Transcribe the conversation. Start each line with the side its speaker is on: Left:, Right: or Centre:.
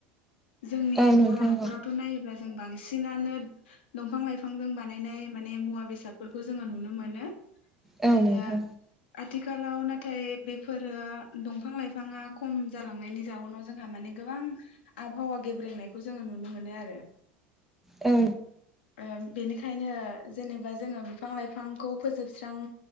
Left: जोंनि
Centre: औ नोंथां
Left: बर' न'खरावथ' नायोब्ला जों बांसिनानो दंफां लाइफांजों बानायनाय माने मुवा बेसादफोरखौ जोङो नुनो मोनो।
Centre: औ
Left: आरो।
Centre: नोंथां
Left: आथिखालाव नाथाय बेफोरो दंफां लाइफाङा खम जालांनायनि जाउनाव जोंहा माने गोबां आबहावा गेब्रेंनायखौ जोङो नुनो मोनो आरो।
Centre: औ।
Left: ओ बेनिखायनो जेनेबा जोङो बिफां लाइफांखौ फोजोबस्रां